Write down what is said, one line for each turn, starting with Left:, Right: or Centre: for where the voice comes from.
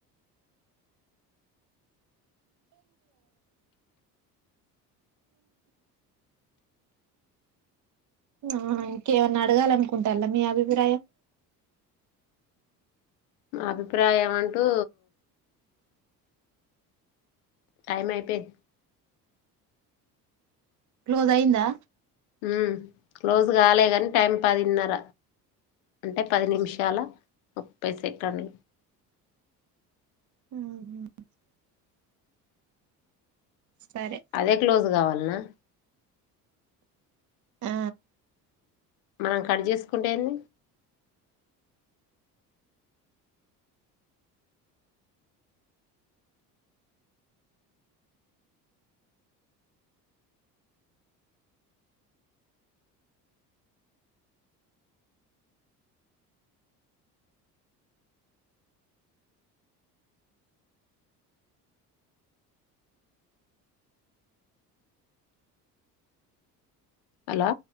Right: ఆ ఇంకేమన్నా అడగాలనుకుంటలా మీ అభిప్రాయం
Left: మా అభిప్రాయం ఏమంటూ టైమయిపోయింది
Right: క్లోజ్ అయందా
Left: మ్ క్లోజ్ కాలే కానీ టైం పదిన్నర అంటే పది నిమిషాలు ముప్పై సెకండ్
Right: సరే సరే
Left: అదే క్లోజ్ కావాలి ఆ
Right: ఆ
Left: మనం కట్ చేసుకుంటే ఏంది హలో